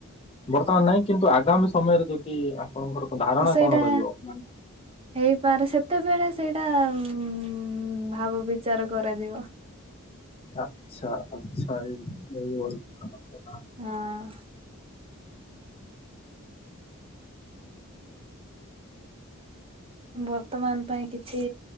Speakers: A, on the left; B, on the right.
A: ବର୍ତ୍ତମାନ ନାଇଁ କିନ୍ତୁ ଆଗାମୀ ସମୟରେ ଯଦି ଆପଣଙ୍କର ଧାରଣା
B: ସେଇଟା
A: କଣ ରହିବ ମାନେ
B: ହେଇପାରେ ସେତେବେଳେ ସେଇଟା ଉ ଭାବ ବିଚାର କରାଯିବ।
A: ଆଚ୍ଛା ଆଛା ଏଇଭଳି କଥା। ଠିକ
B: ହଁ। ବର୍ତ୍ତମାନ ପାଇଁ କିଛି